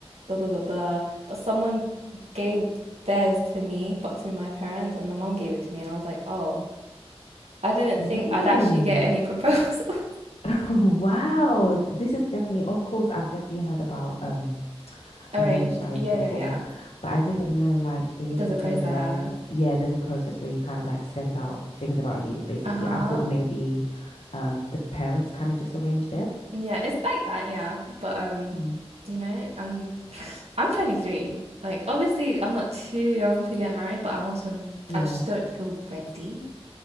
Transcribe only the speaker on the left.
Really?
<laughs> Wow. This is definitely, of course, I've definitely heard about um
arranged marriage
before,
but I didn't know like it was
a
thing
where, yeah, there's a process where you kind of like send out things about you, basically.
I thought maybe um the parents kind of just arranged it.
Mm.
Yeah.